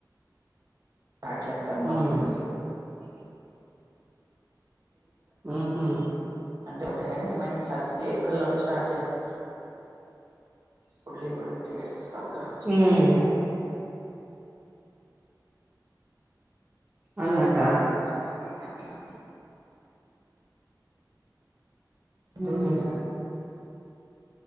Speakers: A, on the right; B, on the right.
A: ఆడ్జత్తర్ మాకు
B: ఉమ్
A: ఎక్జామ్స్.
B: హుహ్.
A: అంటే పోతాయి అని రిమైనింగ్ క్లాసెస్కి ఏప్రిల్లోనే స్టార్ట్ చేస్తారు. ఫుల్ లీవ్ అడిగితే ఏడ్సిసస్తారుగా చూడాలి.
B: ఉమ్ అలాగ
A: అలాగే అట్లానే దోస్లా
B: ఉమ్